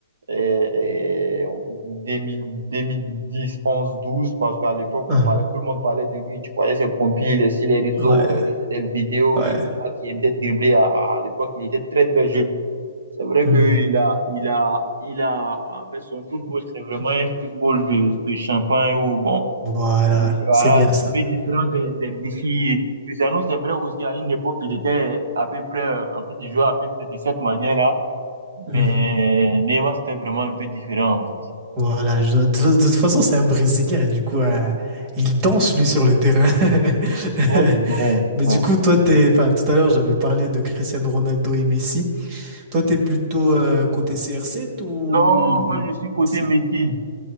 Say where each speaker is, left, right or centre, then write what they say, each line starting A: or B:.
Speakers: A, on the right; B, on the right.
A: euh, euh, deux mille deux mille dix onze douze parce qu'à l'époque,
B: Ah,
A: on parlait, tout le monde parlait de lui. Tu voyais ses compiles sur les réseaux,
B: ouais,
A: euh, les, les vidéos,
B: ouais.
A: il Neymar qui était dribblé à, à l'époque, il était très, très jeune. C'est vrai
B: Hmm.
A: qu'il a, il a, il a, en fait, son football, c'est vraiment un football de, de champagne où, bon,
B: Voilà,
A: Il- Voilà,
B: c'est bien
A: c'est
B: ça.
A: un peu différent de- des Messi. Cristiano, c'est vrai aussi, à une époque, il était à peu près, euh, en fait, il jouait à peu près de cette manière-là,
B: Hmm.
A: mais Neymar, c'était vraiment un peu différent, en fait.
B: Voilà, je- de, de toute façon, c'est un Brésilien, du coup, euh, il danse lui sur le terrain. <laughs>
A: Oui, oui,
B: Mais
A: oui.
B: du coup, toi, t'es, enfin, tout à l'heure, j'avais parlé de Cristiano Ronaldo et Messi. Toi, t'es plutôt euh, côté CR7 ou
A: Non, moi, je suis côté
B: Si.
A: Messi.